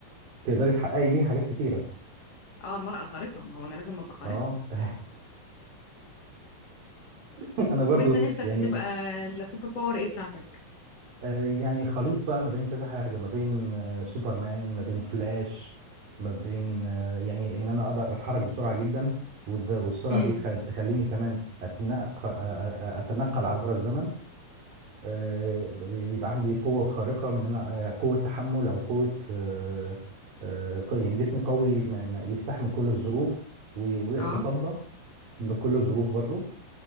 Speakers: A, on the right (about 80°); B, on the left (about 45°).
A: تقدري تحققي بيها حاجات كتيرة
B: اه المرأة الخارقة ما هو انا لازم ابقى خارقة
A: اه <laughs> انا برضو
B: وانت نفسك
A: يعني
B: تبقى السوبر باور ايه بتاعتك
A: آه، يعني خليط بقى ما بين كذا حاجه ما بين آه، سوبرمان ما بين فلاش ما بين آه، يعني ان انا اقدر اتحرك بسرعه جدا والد- والسرعه
B: امم
A: دي تخل- تخليني كمان اتنقل اتنقل عبر الزمن آه، يبقى عندي قوه خارقه من ان انا آه، قوه تحمل او قوه آه، آه، ق- يعني جسمي قوي ما- ما يستحمل كل الظروف وي- ويتصدى
B: اه
A: لكل الظروف برضو